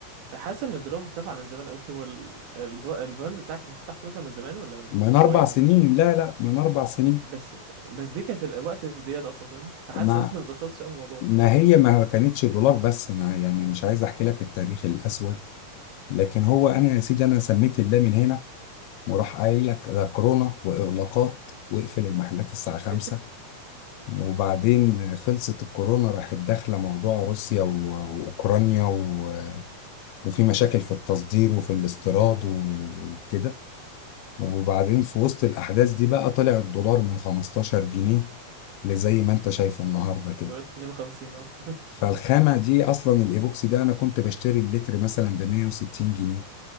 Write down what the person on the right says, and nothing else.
حاسس ان الدرافت اترفع من زمان قوي هو ال- الب- البراند بتاعك انت فتحته مثلا من زمان ولا من
قريب
مثلا
بس بس دي كانت ال- وقت الزياده اصلا فاهمني فحاسس
ان انت ما اتأثرتش قوي بالموضوع
<laughs>
دلوقتي 52 اه <laughs>